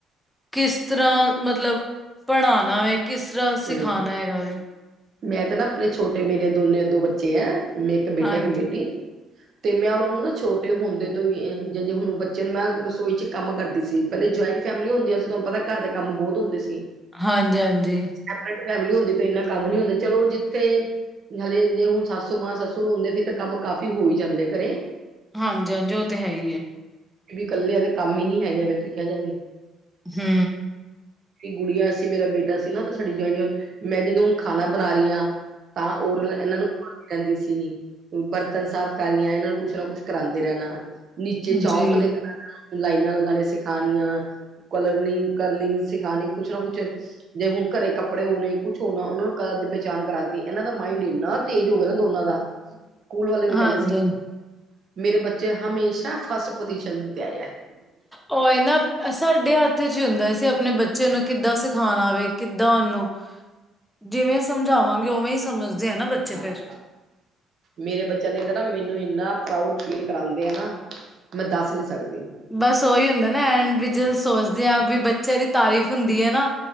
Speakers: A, in the centre; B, on the right (about 55°).
A: ਕਿਸ ਤਰ੍ਹਾਂ ਮਤਲਬ, ਪੜ੍ਹਾਣਾ ਵੇ, ਕਿਸ ਤਰ੍ਹਾਂ
B: ਹੂੰ,
A: ਸਿਖਾਣਾ ਹੈਗਾ ਵੇ
B: ਮੈਂ ਤਾਂ ਨਾ, ਆਪਣੇ ਛੋਟੇ, ਮੇਰੇ ਦੋਨੇ ਦੋ ਬੱਚੇ ਹੈ, ਮੈਂ ਇੱਕ ਬੇਟਾ
A: ਹਾਂਜੀ।
B: ਇੱਕ ਬੇਟੀ।
A: <inaudible>
B: ਤੇ ਮੈਂ, ਉਹਨਾਂ ਨੂੰ ਨਾ ਛੋਟੇ ਹੁੰਦੇ, ਤੋਂ ਹੀ ਜਾਂ ਜੇ ਹੁਣ ਬੱਚ ਨੂੰ, ਮੈ ਰਸੋਈ 'ਚ ਕੰਮ ਕਰਦੀ ਸੀ। ਪਹਿਲੇ ਜੁਆਇੰਟ ਫੈਮਲੀਆਂ ਹੁੰਦੀ ਸੀ, ਤੁਹਾਨੂੰ ਪਤਾ ਘਰ ਦੇ ਕੰਮ ਬਹੁਤ ਹੁੰਦੇ ਸੀ।
A: ਹਾਂਜੀ- ਹਾਂਜੀ।
B: ਟ, ਫੈਮਿਲੀ ਹੁੰਦੀ ਤੇ ਇਨਾ ਕੰਮ ਨੀ ਹੁੰਦਾ, ਚਲੋ ਜਿੱਥੇ ਹਲੇ ਜੇ ਹੁਣ ਸੱਸੂ ਮਾਂ ਸੱਸੂ ਹੋਦੇ ਸੀ ਤਾਂ ਕੰਮ ਕਾਫੀ ਹੋਈ ਜਾਂਦੇ ਘਰੇ
A: ਹਾਂਜੀ ਹਾਂਜੀ ਉਹ ਤੇ ਹੈ ਹੀ।
B: ਵੀ ਇਕੱਲੇ ਆ ਤੇ ਕੰਮ ਹੀ ਨੀ ਹੈਗੇ ਕਿਹਾ ਜਾਵੇ।
A: ਹੂੰ,
B: ਗੁੜੀਆਂ ਸੀ ਮੇਰਾ ਬੇਟਾ ਸੀ ਨਾ ਤੇ ਸਾਡੀ ਜਆਇਨੀ ਮੈਂ ਜਦੋਂ ਹੁਣ ਖਾਣਾ ਬਣਾ ਰਹੀ ਹਾਂ। ਤਾਂ ਔਰ ਇਹਨਾਂ ਨੂੰ ਕਹਿੰਦੀ ਸੀ ਬਰਤਨ ਸਾਫ਼ ਕਰੀਆਂ ਇਹਨਾਂ ਨੂੰ ਕੁਛ ਨਾ ਕੁਛ ਕਰਾਂਦੇ ਰਹਿਣਾ ਨੀਚੇ ਚੌਂਕ
A: ਜੀ
B: ਦੇ ਲਾਈਨਾਂ ਲਗਾਣੇ ਸਿਖਾਣੀਆਂ। ਕਲਰਨੀ ਕਰਨੀ ਸਿਖਾਣੀ ਕੁਛ ਨਾ ਕੁਛ ਜੇ ਹੁਣ ਘਰੇ ਕੱਪੜੇ ਹੋਣੇ ਕੁਛ ਹੋਣਾ, ਉਹਨਾਂ ਨੂੰ ਕ ਦੀ ਪਹਿਚਾਣ ਕਰਾਤੀ ਇਹਨਾਂ ਦਾ ਮਾਇੰਡ ਇੰਨਾ ਤੇਜ਼ ਹੋ ਗਿਆ ਨਾ ਦੋਨਾਂ ਦਾ।
A: <inaudible>
B: ਸਕੂਲ ਵਾਲੇ ਵੀ
A: ਹਾਂਜੀ।
B: ਕਹਿੰਦੇ ਸੀ, ਮੇਰੇ ਬੱਚੇ ਹਮੇਸ਼ਾ ਫਸਟ ਪੁਜੀਸ਼ਨ ਤੇ ਆਏ ਹੈ।
A: ਉਹ ਇਹ ਨਾ ਸਾਡੇ ਹੱਥ ਚ ਹੀ ਹੁੰਦਾ ਸੀ, ਆਪਣੇ ਬੱਚੇ ਨੂੰ
B: ਹਾਂ
A: ਕਿੱਦਾਂ ਸਿਖਾ ਖਾਣਾ ਵਵੇ ਕਿੱਦਾਂ ਉਹਨੂੰ ਜਿਵੇਂ ਸਮਝਾਵਾਂਗੇ, ਉਵੇਂ ਹੀ ਸਮਝਦੇ ਆ ਨਾ ਬੱਚੇ
B: ਹਾਂ,
A: ਫੇਰ
B: ਮੇਰੇ ਬੱਚਿਆਂ ਨੇ ਤਾਂ ਨਾ ਮੈਨੂੰ ਇੰਨਾ ਪ੍ਰਊਡ ਫੀਲ ਕਰਾਦੇ ਆ, ਨਾ ਮੈਂ ਦੱਸ ਨੀ ਸਕਦੀ।
A: ਬਸ ਉਹੀ ਹੁੰਦਾ ਨਾ ਐਂਡ ਵੀ ਜਦੋਂ ਸੋਚਦੇ ਹਾਂ ਵੀ ਬੱਚ, ਬਚੇ ਦੀ ਤਾਰੀਫ਼ ਹੁੰਦੀ ਹੈ, ਨਾ